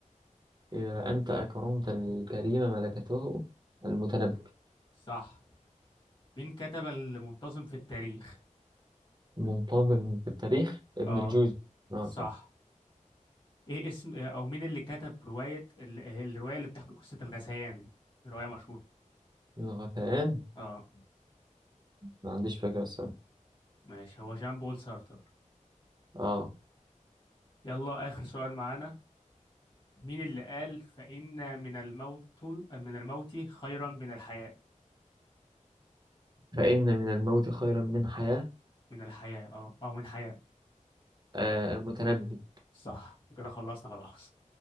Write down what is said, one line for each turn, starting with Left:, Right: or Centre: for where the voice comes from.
Right: إذا أنت أكرمت الكريم ملكته المتنبي
Left: صح مين كتب المنتظم في التاريخ
Right: منتظم في التاريخ ابن
Left: اه
Right: الجوزي آه
Left: صح
Right: صح
Left: ايه اسم آه، او مين اللي كتب رواية ال- آه، الرواية اللي بتحكي قصة الغثيان رواية مشهورة
Right: الغثيان
Left: اه
Right: ما عنديش فكرة الصراحة
Left: ماشي هو جان بول سارتر
Right: اه
Left: يلا آخر سؤال معانا مين اللي قال فإن من الموت من الموت خيرا من الحياة
Right: فإن من الموت خيرا من حياة
Left: من الحياة اه او من حياة
Right: آه المتنبي
Left: صح كده خلصنا خلاص